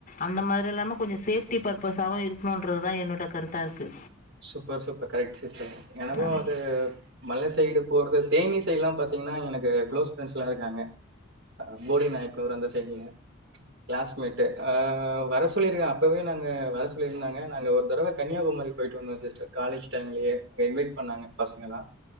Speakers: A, on the left (about 45°); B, on the right (about 65°).
A: அந்த மாதிரி இல்லாம கொஞ்சம் சேஃப்டி பர்பஸாவவு இருக்கணுன்றதுதான் என்னோட கருத்தா இருக்கு
B: சூப்பர் சூப்பர் கரெக்ட் சிஸ்டர் எனக்கும்
A: ஆமாம்
B: அது மல சைடு போறது தேனி சைடெல்லாம் பாத்தீங்கன்னா எனக்கு க்ளோஸ் ப்ரெண்ட்ஸ் எல்லாம் இருக்காங்க போடி நாயக்கனூர் அந்த சைடுல கிளாஸ்மேட்டு அ வர சொல்லிருக்கே அப்பவே நாங்க வர சொல்லியிருந்தாங்க நாங்க ஒரு தடவ கன்னியாகுமரி போய்ட்டு வந்தோ சிஸ்டர் காலேஜ் டைம்லேயே அங்கே இன்வைட் பண்ணாங்க பசங்களலாம்